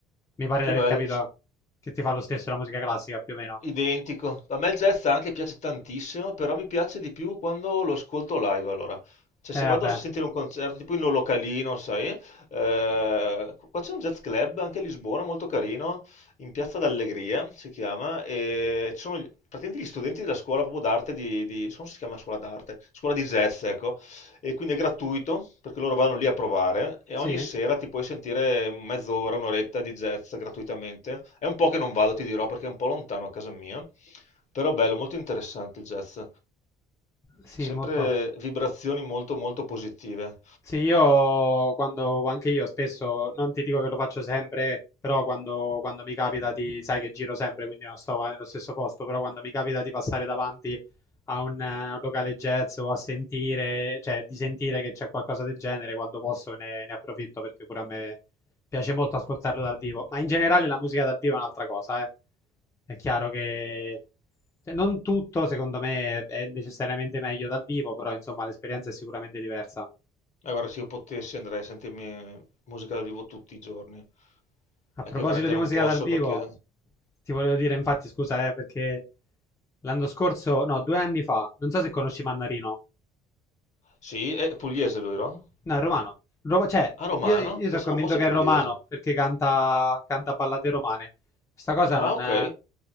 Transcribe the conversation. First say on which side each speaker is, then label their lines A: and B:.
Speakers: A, on the left; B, on the left.
A: Mi pare
B: che
A: di aver
B: bello.
A: capito che ti fa lo stesso la musica classica, più o meno.
B: Identico. A me il jazz anche piace tantissimo, però mi piace di più quando lo ascolto live, allora. Cioè,
A: Eh,
B: se vado
A: vabbè,
B: a sentire un concerto, tipo in un localino, sai? eh, qua c'è un jazz club anche a Lisbona, molto carino, in Piazza d'Allegria si chiama, e ci sono gli- praticamente gli studenti della scuola proprio d'arte di, di- non so se si chiama scuola d'arte, scuola di jazz, ecco, e quindi è gratuito perché loro vanno lì a provare e
A: sì,
B: ogni sera ti puoi sentire mezz'ora, un'oretta di jazz gratuitamente. È un po' che non vado, ti dirò, perché è un po' lontano a casa mia, però bello, molto interessante il jazz.
A: sì,
B: Sempre
A: molto.
B: vibrazioni molto molto positive.
A: Sì, io quando, anche io spesso, non ti dico che lo faccio sempre, però quando, quando mi capita di, sai che giro sempre, quindi non sto mai nello stesso posto, però quando mi capita di passare davanti a un, eh, un locale jazz o a sentire, cioè di sentire che c'è qualcosa del genere, quando posso ne, ne approfitto perché pure a me piace molto ascoltarlo dal vivo. Ma in generale la musica dal vivo è un'altra cosa, eh. È chiaro che cioè, non tutto, secondo me, è necessariamente meglio dal vivo, però insomma l'esperienza è sicuramente diversa.
B: E guarda, se io potessi andrei a sentirmi musica dal vivo tutti i giorni.
A: A
B: È
A: proposito
B: che veramente
A: di
B: non
A: musica
B: posso
A: dal vivo,
B: perché...
A: ti volevo dire, infatti, scusa, eh, perché l'anno scorso, no, due anni fa, non so se conosci Mannarino.
B: Sì, è pugliese lui, no?
A: No, è romano. Ro- cioè,
B: Ah, romano?
A: io, io sono
B: Pensavo
A: convinto
B: fosse
A: che
B: pugliese.
A: è romano perché canta, canta ballate romane. Questa cosa
B: Ah,
A: non...
B: ok,
A: eh,